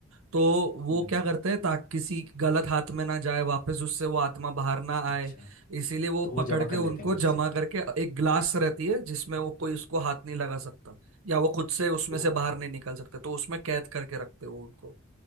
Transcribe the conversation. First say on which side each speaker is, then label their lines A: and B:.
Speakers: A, on the right (about 65°); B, on the left (about 40°).
A: तो वो
B: हम्म
A: क्या करते हैं ताकि किसी गलत हाथ में ना जाए वापस उससे वो आत्मा बाहर ना
B: अच्छा
A: आए इसीलिए वो
B: तो वो
A: पकड़
B: जमा
A: के
B: कर
A: उनको
B: लेते हैं खुद
A: जमा
B: से
A: करके एक ग्लास रहती है जिसमें वो कोई उसको हाथ नहीं लगा सकता या वो खुद से उसमें
B: तो
A: से बाहर नहीं निकल सकता तो उसमें कैद करके रखते हैं वो उनको